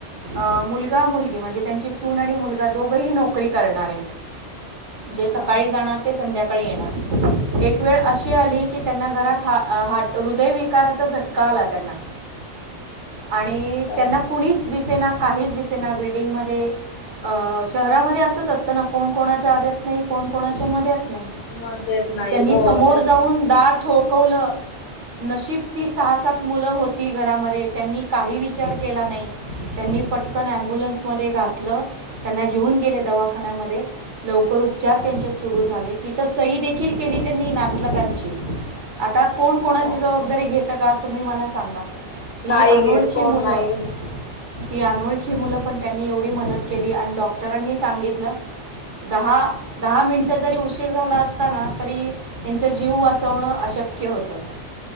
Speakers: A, on the right; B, on the left.
A: अ मुलगा मुलगी म्हणजे त्यां ची सून आणि मुलगा दोघही नोकरी करणारे, जे सकाळी
B: हा
A: जाणार ते संध्याकाळी येणार एक वेळ अशी आली की त्यांना घरात ह हाट हृदयविकाराचा झटका आला त्यांना. आणि
B: अच्छा
A: त्यांना कुणीच दिसेना काहीच दिसेना बिल्डिंगमध्ये, अ शहरामध्ये असंच अस त ना कोण कोणाच्या आध्यात नाही कोण कोणाच्या मध्यात नाही,
B: मग देत नाही
A: त्यांनी
B: हो
A: समोर
B: तेच
A: जाऊन दार ठोकवलं. नशीब ती सहा-सात मुलं होती घरामध्ये त्यांनी काही विचार केला नाही. त्यांनी पटकन ॲम्बुलन्समध्ये घातलं, त्यांना घेऊन गेले दवाखान्यामध्ये लवकर उपचार त्यांचे सुरू झाले तिथं सही देखील केली त्यांनी ना <unintelligible> गाची आता कोण कोणाची
B: बापरे
A: जवाबदारी घेतं का तुम्ही मला सांगा. की
B: नाही
A: अनोळखी
B: घेत कोण
A: मुलं.
B: नाही
A: ती अनोळखी मुलं पण त्यांनी एवढी मदत केली आणि डॉक्टरांनी सांगितलं. दहा दहा मिनटं जरी उशीर झाला असताना तरी त्यांच जीव वाचवणं अशक्य होतं,